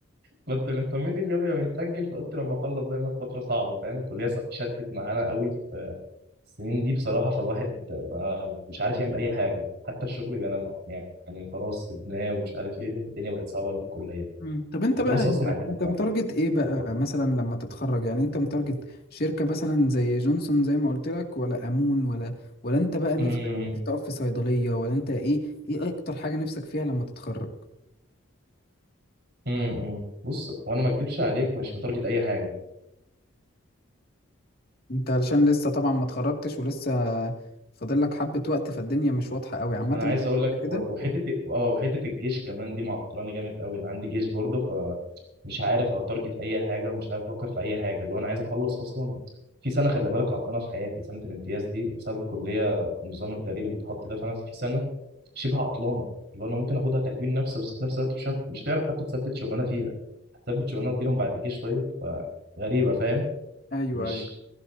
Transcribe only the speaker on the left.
مم. طب انت
بقى انت
انت متارجت ايه بقى
مثلا لما تتخرج يعني انت متارجت شركه مثلا زي جونسون زي ما قلت لك ولا امون ولا ولا انت بقى نفسك
تقف في صيدليه ولا انت ايه ايه اكتر حاجه نفسك فيها لما تتخرج
انت علشان لسه طبعا ما اتخرجتش ولسه فاضل لك حبة وقت فالدنيا مش واضحة قوي عامة
كده
ايوه
ايوه